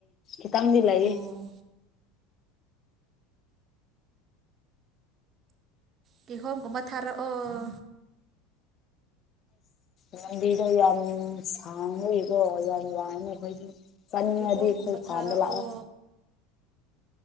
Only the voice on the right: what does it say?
ꯑꯣ ꯄꯤꯍꯣꯝꯒ ꯑꯃ ꯊꯥꯔꯛꯑꯣ
ꯀꯤꯍꯣꯝꯒꯨꯝꯕ
ꯊꯥꯔꯛꯑꯣ